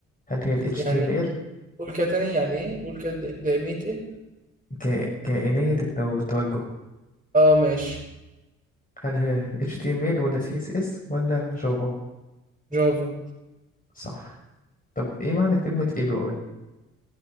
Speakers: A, on the left; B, on the right.
A: هل هي ال HTML
B: يعني قول كده تاني يعني ايه قول كده د- دائمية ايه
A: ك... كائنية التو- التوجه؟
B: اه ماشي
A: هل هي HTML ولا CSS ولا جافا؟
B: جافا
A: صح طب ايه معنى كلمة اي بي اي